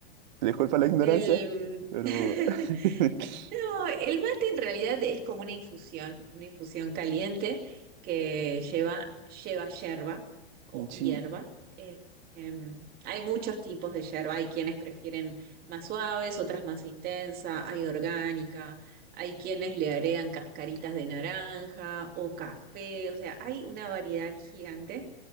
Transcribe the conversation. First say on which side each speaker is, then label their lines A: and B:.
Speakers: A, on the right (about 45°); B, on the right (about 30°).
A: Disculpa la ignorancia,
B: El...
A: pero...
B: <laughs>
A: <laughs>
B: No, el mate en realidad es como una infusión, una infusión caliente que lleva, lleva yerba o hierba.
A: Sí.
B: Eh, em, hay muchos tipos de yerba, hay quienes prefieren más suaves, otras más intensa, hay orgánica, hay quienes le agregan cascaritas de naranja o café, o sea, hay una variedad gigante